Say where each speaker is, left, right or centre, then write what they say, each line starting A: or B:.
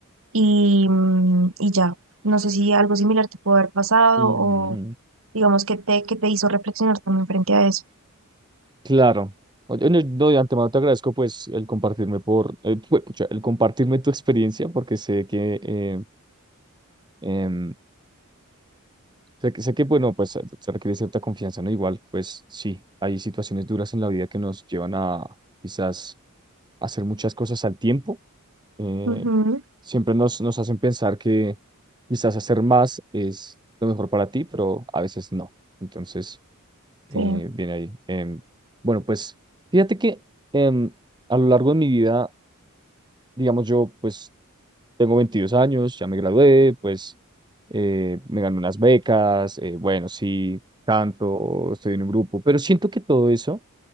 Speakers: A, on the right; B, on the right.
A: Y, mm, y ya, no sé si algo similar te pudo haber pasado
B: Mm,
A: o digamos que te, que te hizo reflexionar también frente a eso.
B: claro. Oye, no, no, de antemano te agradezco pues el compartirme por eh, pu- pucha, el compartirme tu experiencia porque sé que eh, em, Sé, que- sé que, bueno, pues se se requiere cierta confianza, ¿no? Igual, pues sí, hay situaciones duras en la vida que nos llevan a quizás hacer muchas cosas al tiempo. eh,
A: Ujú,
B: siempre nos, nos hacen pensar que quizás hacer más es lo mejor para ti, pero a veces no. Entonces, eh,
A: sí,
B: viene ahí. Em, bueno, pues fíjate que em, a lo largo de mi vida, digamos, yo pues tengo 22 años, ya me gradué, pues eh, me gané unas becas, eh, bueno, sí, canto, estoy en un grupo, pero siento que todo eso